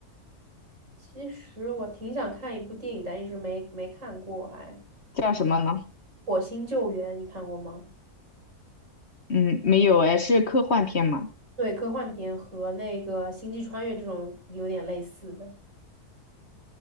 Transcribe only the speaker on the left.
叫什么呢？
嗯，没有哎，是科幻片嘛？